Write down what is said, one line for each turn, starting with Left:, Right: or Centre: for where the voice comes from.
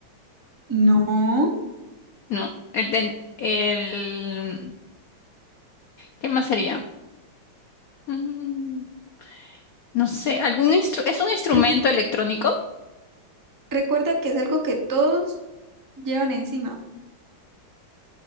Right: No.
Left: No, el, ten- el, ¿qué más sería? Mm, no sé, algún instru- ¿es un instrumento
Right: <clears throat>
Left: electrónico?
Right: Recuerda que es algo que todos llevan encima.